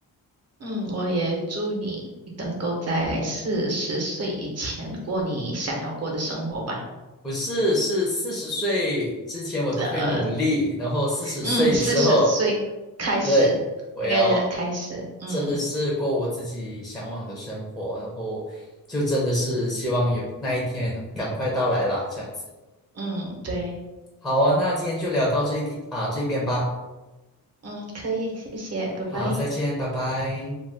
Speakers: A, on the right (about 45°); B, in the centre.
A: 嗯，我也祝你能够在四十岁以前过你想要过的生活吧。
B: 不是，是四十岁之前我都会努力，
A: 呃，
B: 然后四十岁之后。
A: 嗯，四十岁开始，
B: 对，我要
A: 应该是开始。嗯
B: 真的是过我自己向往的生活，然后就真的是希望有那一天赶快到来啦，这样子。
A: 嗯，对，
B: 好啊，那今天就聊到这一天啊，这边吧。
A: 嗯，可以，谢谢，拜拜。
B: 好，再见，拜拜。